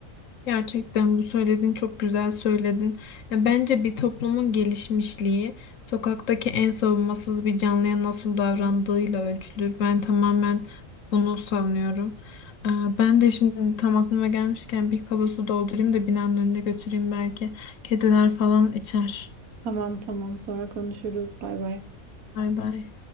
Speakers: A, on the left; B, on the right.
A: Gerçekten bu söylediğin çok güzel söyledin. Ya bence bir toplumun gelişmişliği sokaktaki en savunmasız bir canlıya nasıl davrandığıyla ölçülür. Ben tamamen bunu savunuyorum. Ee, Ben de şimdi tam aklıma gelmişken bir kaba su doldurayım da binanın önüne götüreyim belki. Kediler falan içer.
B: <laughs> Tamam tamam sonra konuşuruz. Bay bay.
A: Bay bay.